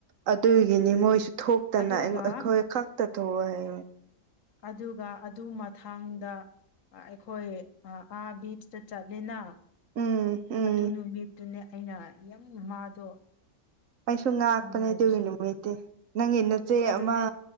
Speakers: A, on the right; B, on the left.
A: ꯑꯗꯨꯒꯤꯅꯤ ꯃꯣꯏꯁꯨ ꯊꯣꯛꯇꯅ
B: ꯑꯗꯨꯒ
A: ꯑꯈꯣꯏ ꯈꯛꯇ ꯇꯧꯑꯣ ꯍꯥꯏꯌꯦ
B: ꯑꯗꯨꯒ ꯑꯗꯨ ꯃꯊꯪꯗ ꯑꯈꯣꯏ ꯑꯥ ꯕꯤꯁꯇ ꯆꯠꯂꯦꯅ
A: ꯎꯝ ꯎꯝ
B: ꯑꯗꯨ ꯅꯨꯃꯤꯠꯇꯨꯅꯦ ꯑꯩꯅ ꯌꯥꯝ ꯃꯥꯗꯣ
A: ꯑꯩꯁꯨ ꯉꯥꯛꯄꯅꯦ
B: ꯅꯨꯡꯉꯥꯏꯔꯤꯁꯦ
A: ꯑꯗꯨꯒꯤ ꯅꯨꯃꯤꯠꯇꯤ ꯅꯪꯒꯤ ꯅꯆꯦ
B: ꯑꯗꯨꯅꯦ
A: ꯑꯃ